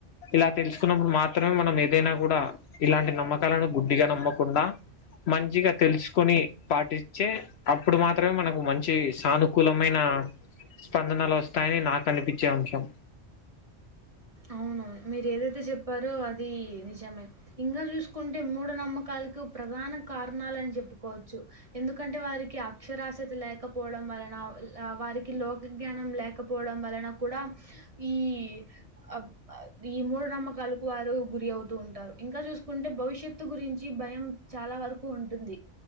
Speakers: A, on the left; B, on the right.
A: ఇలా తెలుసుకున్నప్పుడు మాత్రమే మనం ఏదైనా కూడా ఇలాంటి నమ్మకాలను గుడ్డిగా నమ్మకుండా మంచిగా తెలుసుకొని పాటిచ్చే అప్పుడు మాత్రమే మనకు మంచి సానుకూలమైన స్పందనలు వస్తాయని నాకు అనిపిచే అంశం
B: అవును మీరు ఏదైతే చెప్పారో అది నిజమే ఇంగా చూసుకుంటే మూఢనమ్మకలుకు ప్రధాన కారణాలని చెప్పుకోవచ్చు ఎందుకంటే వారికి అక్షరాస్యత లేకపోడం వలన ల్ వారికి లోకజ్ఞానం లేకప్ పోడం వలన కూడా ఈ అబ్ ది మూఢ నమ్మకాలకు వారు గురి అవుతూ ఉంటారు ఇంకా చూసుకుంటే భవిష్యత్తు గురించి భయం చాలా వరకు ఉంటుంది